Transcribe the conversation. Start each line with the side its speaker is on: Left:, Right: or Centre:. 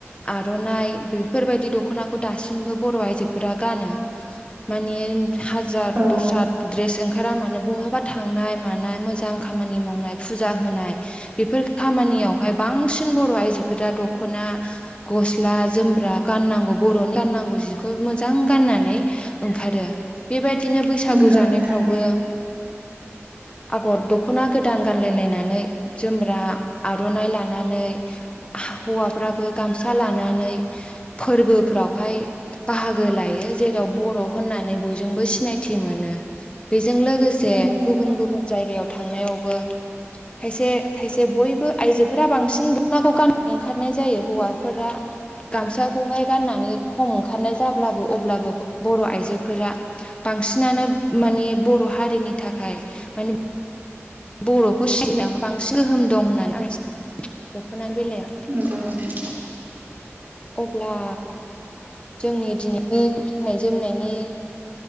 Left: आर'नाइ बेफोरबायदि दख'नाखौ दासिमबो बर' आइजोफोरा गानो। माने हाजार
Right: औ
Left: दस्रा द्रेस ओंखारा माने बहाबा थांनाय मानाय मोजां मोजां खामानि मावनाय फुजा होनाय बेफोर खामानियावहाय बांसिन बर' आइजोफोरा दख'ना गस्ला जोमब्रा गाननांगौ बर'नि गाननांगौ जिखौ मोजां गाननानै ओंखारो बेबायदिनो बैसागु
Right: नंगौ
Left: जानायफ्रावबो
Right: नोंथां
Left: आगर दख'ना गोदान गानलायलायनानै जोमग्रा आर'नाइ लानानै हौवाफ्राबो गामसा लानानै फोरबोफ्रावहाय बाहागो लायो जेराव बर' होननानै बयजोंबो सिनायथि मोनो बेजों लोगोसे
Right: नंगौ
Left: से
Right: नोंथां
Left: गुबुन गुबुन जायगायाव थांनायावबो खायसे खायसे बयबो आइजोफोरा बांसिन दख'नाखौ गानना ओंखारनाय जायो हौवाफोरा गामसाखौहाय गाननानै खम ओंखारनाय जाब्लाबो अब्लाबो बर' आइजोफोरा बांसिनानो माने बर' हारिनि थाखाय माने बर'खौ सिबिनायाव बांसिन गोहोम दं होननानै आं सानो दख'ना बेलायाव।
Right: नोंगौ नोंथां
Left: अब्ला जोंनि दिनैनि गाननाय जोमनायनि